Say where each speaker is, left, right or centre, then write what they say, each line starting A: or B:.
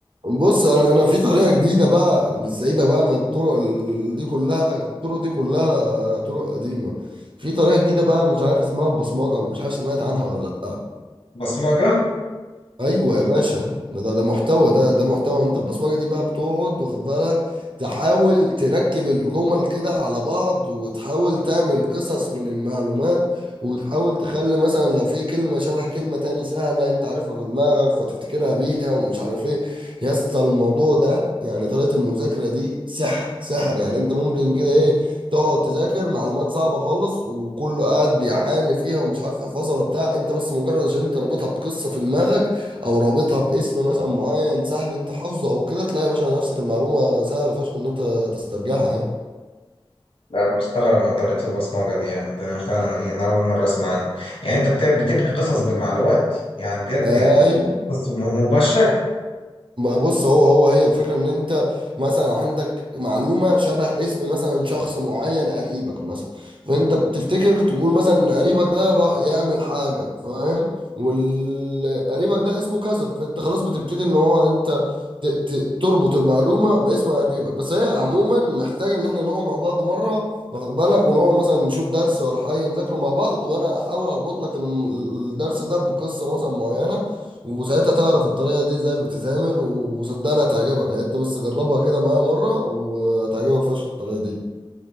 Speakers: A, on the right; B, on the left.
A: بص انا انا في طريقه جديده بقى سايبه بقى من الطرق ال- دي كلها الطرق دي كلها طرق قديمه في طريقه جديده بقى مش عارف اسمها البصمجه مش عارف سمعت عنها ولا لا
B: بصمجه
A: ايوه يا باشا ده ده, ده محتوى ده ده محتوى انت البصمجه دي بقى بتقعد واخد بالك تحاول تركب الجمل كده على بعض وتحاول تعمل قصص من المعلومات وتحاول تخلي مثلا لو في كلمه شبه كلمه تاني سهله انت عارفها في دماغك فتفتكرها بيها ومش عارف ايه يا اسطى الموضوع ده يعني طريقه المذاكره دي سحر سحر يعني انت ممكن كده ايه تقعد تذاكر معلومات صعبه خالص وكله قاعد بيعاني فيها ومش عارف يحفظها ولا بتاع انت بس مجرد عشان انت رابطها بقصه في دماغك او رابطها باسم مثلا معين سهل انت حفظه او كده تلاقي يا باشا نفسك المعلومه سهل فشخ ان انت تسترجعها يعني
B: لا انا مستغرب من طريقه البصمجه دي يعني ده انا فعلا إيه، انا اول مره اسمع عنها يعني انت بت- بتبني قصص بالمعلومات يعني بجد
A: ايوه
B: يعني قصص م- مباشره
A: ما بص هو هو هي الفكرة ان انت مثلا عندك معلومة شبه اسم مثلا شخص معين قريبك مثلا فانت بتفتكر تقول مثلا إن قريبك ده راح يعمل حاجة فاهم والقريبك ده اسمه كذا فانت خلاص بتبتدي ان هو انت ت- ت- تربط المعلومة باسم قريبك بس هي عموما محتاجة ان احنا نقعد مع بعض مرة واخد بالك ونقعد مثلا نشوف درس ولا حاجة نذاكره مع بعض وانا احاول اربط لك الم- الدرس ده بقصة مثلا معينة وساعتها تعرف الطريقة دي ازاي بتتعمل و- وصدقني هتعجبك يعني انت بس جربها كده معايا مرة وهتعجبك فشخ الطريقة دي